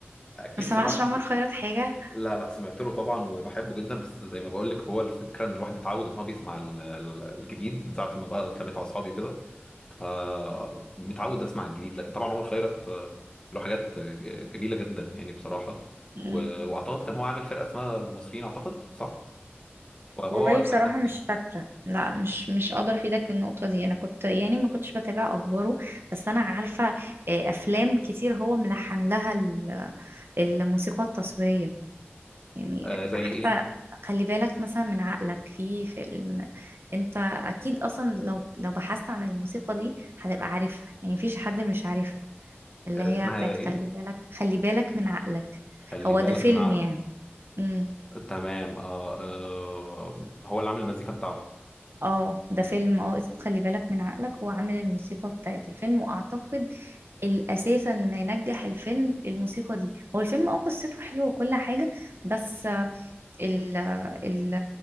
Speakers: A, on the left (about 20°); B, on the right (about 60°).
A: اكيد
B: ما سمعش
A: سمعت
B: عمر خيرت حاجة
A: لا لا سمعت له طبعا وبحبه جدا بس زي ما بقول لك هو الفكره ان الواحد اتعود ان هو بيسمع ال- ال- الجديد من ساعه ما بقى اتلميت على اصحابي وكده فمتعود اسمع الجديد لكن طبعا عمر خيرت آه، له حاجات آه، جميله جدا يعني بصراحه
B: امم
A: و- واعتقد كان هو عامل فرقه اسمها المصريين اعتقد صح وهو
B: والله
A: ولا
B: بصراحة
A: كان حد
B: مش
A: تاني
B: فاكرة لا مش مش قادرة افيدك في النقطة دي انا كنت يعني ما كنتش بتابع اخباره بس انا عارفة آه، افلام كتير هو ملحن لها ال- الموسيقى التصويرية يعني
A: آه زي
B: حتى
A: ايه
B: خلي بالك مثلا من عقلك في فيلم انت اكيد اصلا لو لو بحثت عن الموسيقى دي هتبقى عارفها يعني مفيش حد مش عارفها اللي
A: آه
B: هي
A: اسمها
B: بتاعت
A: ايه إيه؟
B: خلي بالك خلي بالك من عقلك
A: خلي
B: هو
A: بالك
B: ده فيلم
A: من عقلك
B: يعني امم
A: تمام آه, اه هو اللي عامل المزيكا بتاعته
B: اه ده فيلم اه اسمه خلي بالك من عقلك هو عامل الموسيقى بتاعت الفيلم واعتقد الاساسا ما ينجح الفيلم الموسيقى دي هو الفيلم اه قصته حلوه وكل حاجه بس ال ال